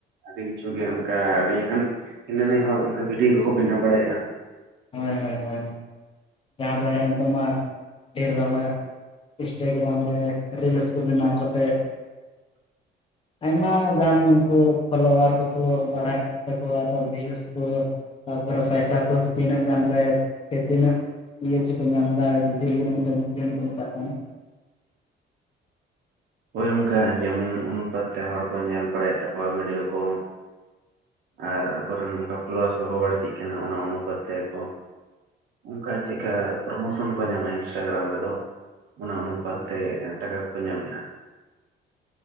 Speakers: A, on the right (about 65°); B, on the left (about 30°).
A: ᱟᱹᱰᱤ ᱠᱤᱪᱷᱩ ᱜᱮ ᱚᱱᱠᱟ ᱟᱹᱰᱤ ᱜᱟᱱ ᱦᱤᱱᱟᱹ ᱱᱤᱭᱟ ᱦᱚᱲ ᱚᱱᱠᱟ ᱵᱷᱤᱰᱭᱳ ᱠᱚᱠᱚ ᱵᱮᱱᱟᱣ ᱵᱟᱲᱟᱭᱮᱜᱼᱟ।
B: ᱦᱳᱭ ᱦᱳᱭ ᱦᱳᱭ। ᱡᱟᱦᱟᱸ ᱫᱚ ᱦᱮᱸᱜᱼᱮ ᱱᱤᱛᱳᱜ ᱢᱟ ᱰᱷᱮᱨ ᱵᱟᱝ ᱢᱟ ᱤᱱᱥᱴᱟᱜᱨᱟᱢ ᱨᱮ ᱨᱤᱞᱥ ᱠᱚ ᱵᱮᱱᱟᱣ ᱠᱟᱛᱮᱫ
A: <inaudible>
B: ᱟᱭᱢᱟ ᱜᱟᱱ ᱩᱱᱠᱩ ᱯᱷᱚᱞᱳᱣᱟᱨ ᱠᱚᱠᱚ ᱵᱟᱲᱦᱟᱜ ᱛᱟᱠᱚᱣᱟ ᱵᱷᱤᱭᱩᱥ ᱠᱚ ᱛᱟᱯᱚᱨᱮ ᱯᱟᱭᱥᱟ ᱠᱚ ᱛᱤᱱᱟᱹᱜ ᱜᱟᱱ ᱨᱮ ᱥᱮ ᱛᱤᱱᱟᱹᱜ ᱤᱭᱟᱹᱪᱮ ᱠᱚ ᱧᱟᱢ ᱫᱟ ᱵᱤᱞᱤᱭᱟᱱ ᱥᱮ <unintelligible> ᱠᱚ ᱢᱮᱛᱟᱜ ᱠᱟᱱ?
A: ᱦᱳᱭ ᱚᱱᱠᱟ ᱡᱮᱢᱚᱱ ᱚᱱᱩᱯᱟᱛ ᱛᱮ ᱦᱚᱲ ᱠᱚ ᱧᱮᱞ ᱵᱟᱲᱟᱭᱮᱫ ᱛᱟᱠᱚᱣᱟ ᱵᱷᱤᱰᱤᱭᱳ ᱠᱚ, ᱟᱨ ᱟᱠᱚᱨᱮᱱ ᱚᱱᱠᱟ ᱯᱷᱳᱞᱳᱣᱟᱨᱥ ᱠᱚᱠᱚ ᱵᱟᱹᱲᱛᱤᱜ ᱠᱟᱱᱟ ᱚᱱᱟ ᱚᱱᱩᱯᱟᱛ ᱛᱮ ᱟᱠᱚ ᱚᱱᱠᱟ ᱪᱮᱫᱠᱟ
B: ᱦᱮᱸ
A: ᱯᱨᱚᱢᱚᱥᱚᱱ ᱠᱚ ᱧᱟᱢᱟ ᱤᱱᱥᱴᱟᱜᱨᱟᱢ ᱨᱮᱫᱚ ᱚᱱᱟ ᱚᱱᱩᱯᱟᱛ
B: ᱦᱮᱸ
A: ᱛᱮ ᱴᱟᱠᱟ ᱠᱚᱠᱚ ᱧᱟᱢᱮᱜ-ᱟ।